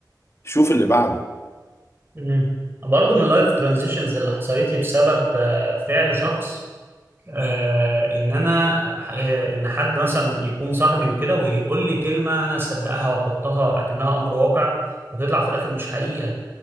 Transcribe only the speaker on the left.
شوف اللي بعده